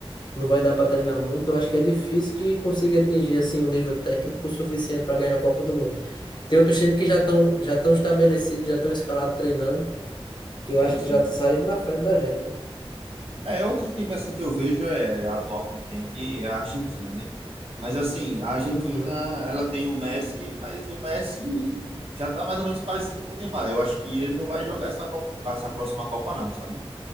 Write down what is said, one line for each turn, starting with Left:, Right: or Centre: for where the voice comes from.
Left: Não vai dar para treinar muito. Eu acho que é difícil que consiga atingir assim um nível técnico suficiente para ganhar a Copa do Mundo. Tem outros times que já estão já estão estabelecidos, já estão escalados treinando. que
Right: sim,
Left: eu acho
Right: sim.
Left: que já tá saindo na frente da gente, né?
Right: É, outro time assim que eu vejo é a atual campeã que é a Argentina, né? Mas assim, a Argentina,
Left: Uhum,
Right: ela tem o Messi, mas o Messi já tá mais ou menos parecido com o Neymar. Eu acho que ele não vai jogar essa Copa, essa próxima Copa não, sabe?